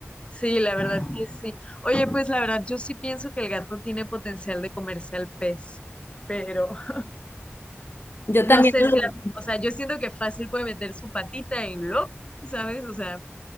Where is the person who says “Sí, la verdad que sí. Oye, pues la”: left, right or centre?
Left